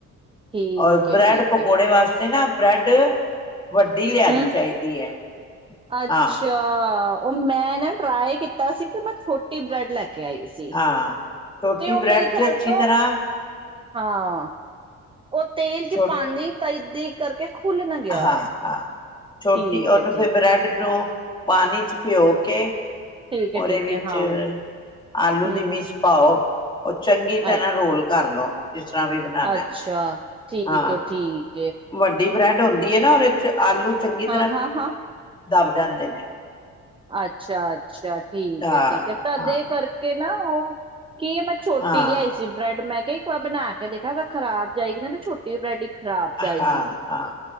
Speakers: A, on the right; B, on the left.
A: ਠੀਕ
B: ਰ
A: ਏ
B: ਬ੍ਰੈਡ
A: ਠੀਕ
B: ਪਕੌੜੇ
A: ਏ
B: ਵਾਸਤੇ ਤੇ ਨਾ ਬ੍ਰੈਡ ਵੱਡੀ ਲਿਆਣੀ
A: ਹੂੰ
B: ਚਾਹੀਦੀ ਹੈ
A: ਅੱਛਾ
B: ਹਾਂ
A: ਉਹ ਮੈਂ ਨਾ ਟਰਾਈ ਕੀਤਾ ਸੀ ਤੇ ਮੈਂ ਛੋਟੀ ਬ੍ਰੈਡ ਲੈ ਕੇ ਕੇ ਆਈ ਸੀ
B: ਹਾਂ ਛੋਟੀ
A: ਤੇ ਉਹ
B: ਬ੍ਰੈਡ
A: ਮੇਰੇ ਖਿਆਲ
B: ਚ ਅੱਛੀ
A: ਤੋਂ
B: ਤਰ੍ਹਾਂ
A: ਹਾਂ ਉਹ ਤੇਲ ਚ
B: ਛੋ
A: ਪਾਉਂਦੀ ਤਾਂ ਇਦ ਕਰਕੇ ਖੁੱਲ ਨਾ ਗਿਆ
B: ਹਾਂ
A: ਹੋਏ
B: ਹਾਂ ਛੋਟੀ
A: ਠੀਕ
B: ਉਹਨੂੰ
A: ਏ ਠੀਕ
B: ਫਿਰ ਬਰੈਡ
A: ਏ
B: ਨੂੰ ਪਾਣੀ ਚ ਭਿਉਂ ਕੇ
A: ਠੀਕ ਏ
B: ਉਹਦੇ
A: ਠੀਕ
B: ਵਿੱਚ
A: ਏ ਹਾਂ
B: ਆਲੂ
A: ਹੂੰ
B: ਦੀ ਮੀਸ਼ ਪਾਓ ਉਹ ਚੰਗੀ ਤਰ੍ਹਾਂ
A: ਅ
B: ਰੋਲ ਕਰ ਲਓ ਜਿਸ ਤਰ੍ਹਾਂ ਵੀ ਬਣਾਉਣਾ
A: ਅੱਛਾ ਠੀਕ
B: ਹਾਂ
A: ਠੀਕ
B: ਵੱਡੀ ਬ੍ਰੈਡ ਹੁੰਦੀ ਹੈ ਨਾ ਉਹ <unintelligible> ਆਲੂ ਚੰਗੀ ਤਰ੍ਹਾਂ
A: ਹਾਂ ਹਾਂ ਹਾਂ
B: ਦੱਬ ਜਾਂਦੇ ਨੇ।
A: ਅੱਛਾ ਅੱਛਾ। ਠੀਕ
B: ਹਾਂ
A: ਏ ਠੀਕ ਹੈ ਤੁਹਾਡੇ
B: ਹਾਂ
A: ਕਰਕੇ ਨਾ ਆਹ ਕੀ ਮੈਂ ਛੋਟੀ
B: ਹਾਂ
A: ਲਿਆਈ ਸੀ ਬ੍ਰੈਡ ਮੈਂ ਕਿਹਾ ਬਣਾ ਕੇ ਦੇਖਾਂ ਅਗਰ ਖਰਾਬ ਜਾਏਗੀ ਨਾ ਤੇ ਛੋਟੀ ਬ੍ਰੈਡੀ ਖ਼ਰਾਬ ਜਾਏਗੀ
B: ਹਾਂ ਹਾਂ